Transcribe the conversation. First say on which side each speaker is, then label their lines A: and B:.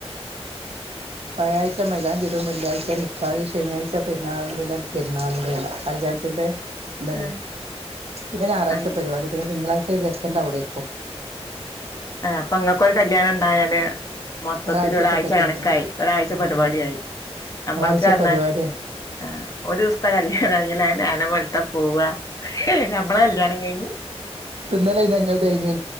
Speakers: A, on the right; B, on the left.
A: വ്യാഴായ്ച മൈലാഞ്ചിടും വെള്ളിയാഴ്ച നിക്കാഹ്, ശനിയാഴ്ച പെരുന്നാൾദിനം, പെരുന്നാൾൻ്റെ ല്ല കല്യാണത്തിന്റെ ഇതല്ലും.
B: ഏഹ്
A: പിന്നെ ഞായറാഴ്ച
B: അങ്ങ്
A: പരിപാടി പിന്നെ തിങ്കളാഴ്ച ചെക്കൻ്റെ അവ്ടേക്കും.
B: ആ അപ്പൊ ഇങ്ങക്കൊരു കല്യാണം ണ്ടായാല്. മൊത്തത്തിൽ
A: ഒരാഴ്ചത്തെ
B: ഒരാഴ്ച
A: പരിപാടിയാണ്
B: കണക്കായി. ഒരാഴ്ച പരിപാടിയായി.
A: ഉം
B: നമ്മൾക്ക്
A: ഒരാഴ്ച
B: പർഞാ
A: പരിപാടിയാ
B: ആഹ് ഒരു ദൂസത്തെ കല്യാണം ആയി ലേ നേരം വെൾത്താ പോവാ, നമ്മള കല്യാണം കഴിഞ്ഞു
A: തിന്നലായി ഞങ്ങൾ തേഞ്ഞി